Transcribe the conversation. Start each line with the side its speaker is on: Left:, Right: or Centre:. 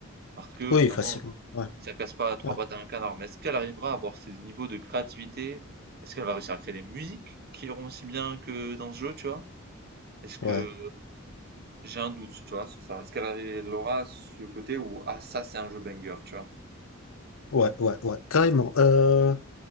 Right: Parce que
Left: Oui,
Right: finalement,
Left: facilement. Ouais,
Right: ça casse pas trois
Left: ouais,
Right: pattes à un canard. Mais est-ce qu'elle arrivera à avoir ces niveaux de créativité? Est-ce qu'elle va réussir à créer des musiques qui iront aussi bien que dans ce jeu, tu vois? Est-ce que
Left: ouais,
Right: j'ai un doute, tu vois, sur ça? Est-ce qu'elle arri- elle aura ce côté où, ah, ça, c'est un jeu banger, tu vois?
Left: ouais, ouais, ouais, carrément. Euh,